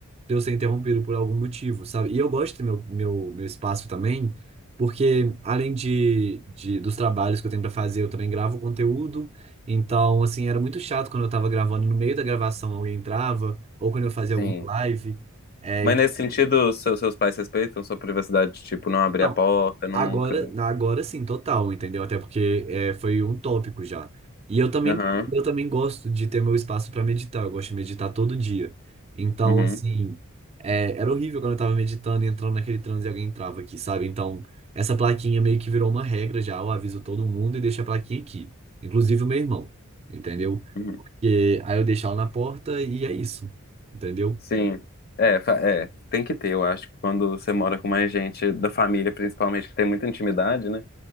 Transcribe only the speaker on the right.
pra eu ser interrompido por algum motivo, sabe? E eu gosto do meu, meu, meu espaço também, porque além de, de dos trabalhos que eu tenho pra fazer, eu também gravo conteúdo. Então, assim, era muito chato quando eu tava gravando, no meio da gravação alguém entrava, ou quando eu fazia
alguma live. É,
então,
Agora, na- agora sim, total, entendeu? Até porque é, foi um tópico já. E eu também,
eu também gosto de ter meu espaço para meditar. Eu gosto de meditar todo dia. Então,
assim, é, era horrível quando eu tava meditando e entrando naquele transe e alguém entrava aqui, sabe? Então, essa plaquinha meio que virou uma regra já. Eu aviso todo mundo e deixo a plaquinha aqui. Inclusive o meu irmão, entendeu?
E aí eu deixo ela na porta e é isso, entendeu?